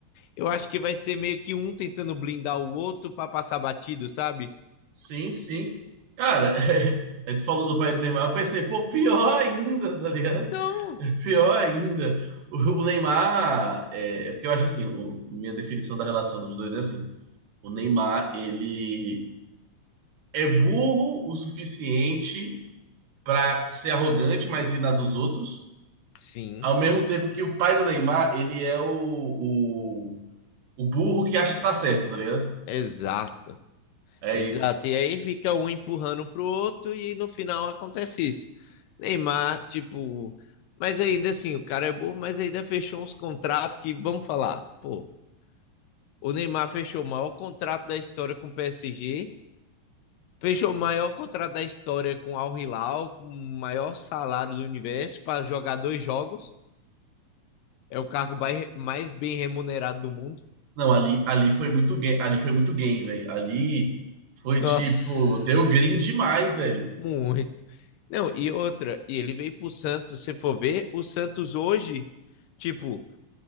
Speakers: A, on the left; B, on the right.
A: eu acho que vai ser meio que um tentando blindar o outro para passar batido, sabe?
B: sim, sim. Cara, <laughs> é, aí tu falou do pai do Neymar, eu pensei, pô, pior ainda, tá ligado?
A: Então,
B: Pior ainda. O o Neymar é, é porque eu acho assim, o- minha definição da relação dos dois é assim. O Neymar, ele é burro o suficiente pra ser arrogante, mas ir na dos outros.
A: sim,
B: Ao mesmo tempo que o pai do Neymar, ele é o, o, o burro que acha que tá certo, tá ligado?
A: exato.
B: É
A: Exato.
B: isso.
A: E aí fica um empurrando pro outro e no final acontece isso. Neymar, tipo, mas ainda assim, o cara é burro, mas ainda fechou uns contratos que, vamos falar, pô, o Neymar fechou o maior contrato da história com o PSG, fechou o maior contrato da história com o Al Hilal, com o maior salário do universo para jogar dois jogos. É o cargo bai- mais bem remunerado do mundo.
B: Não, ali, ali foi muito game, ali foi muito game, velho. Ali foi
A: Nossa,
B: tipo, deu green demais, velho.
A: Muito. Não, e outra, e ele veio pro Santos, se for ver, o Santos hoje, tipo,